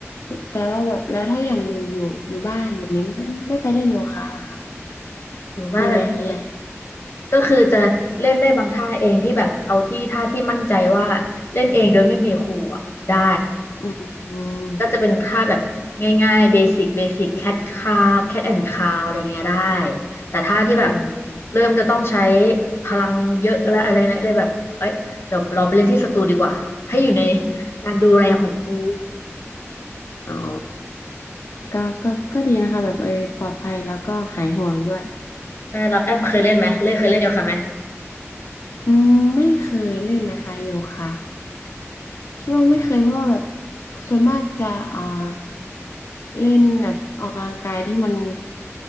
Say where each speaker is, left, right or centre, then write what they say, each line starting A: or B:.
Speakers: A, on the left; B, on the left.
A: แต่ว่าแบบแล้วถ้าอย่างอยู่อยู่อยู่บ้านแบบนี้ไม่ไม่ไปเล่นโยคะล่ะคะ
B: อยู่บ้านแบบนี้
A: มีไหมมีไหม
B: ก็คือจะเล่นได้บางท่าเองที่แบบเอาที่ท่าที่มั่นใจว่าเล่นเองโดยไม่มีครูอะได้
A: อืม
B: ก็จะเป็นค่าแบบง่ายๆเบสิกเบสิกแคทคาวแคทแอนด์คาวอะไรเงี้ยได้แต่ถ้าที่แบบ
A: อืม
B: เริ่มจะต้องใช้พลังเยอะแล้วอะไรเนี่ยเลยแบบเอ้ยเดี๋ยวเราไปเล่นที่สตูดีกว่าให้อยู่ในการดูแลของครู
A: อ๋อก็ก็ก็ดีนะคะแบบเออปลอดภัยแล้วก็หายห่วงด้วย
B: ใช่เราแอมเคยเล่นไหมเล่นเคยเล่นโยคะไหม
A: อืมไม่เคยเล่นนะคะโยคะ คิดว่าไม่เคยเพราะว่าแบบส่วนมากจะเอ่อเล่นแบบออกกำลังกายที่มัน